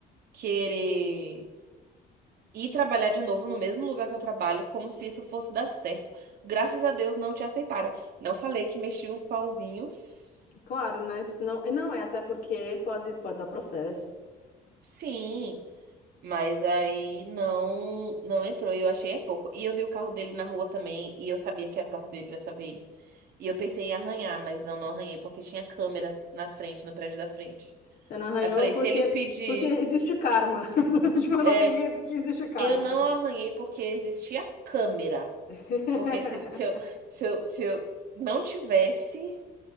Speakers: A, on the right; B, on the left.
A: querer ir trabalhar de novo no mesmo lugar que eu trabalho, como se isso fosse dar certo. Graças a Deus não te aceitaram. Não falei que mexi uns pauzinhos.
B: claro, né? Senão, e não, é até porque pode, pode dar processo.
A: Sim. Mas aí não não entrou e eu achei é pouco. E eu vi o carro dele na rua também e eu sabia que era o carro dele dessa vez. E eu pensei em arranhar, mas eu não arranhei porque tinha câmera na frente, no prédio da frente.
B: Você não arranhou
A: Aí eu falei,
B: porque,
A: se ele pedir,
B: porque existe karma. <laughs> Tipo, eu
A: é,
B: não arranhei porque existe karma.
A: eu não arranhei porque existia câmera.
B: <laughs>
A: Porque se, se eu, se eu, se eu não tivesse,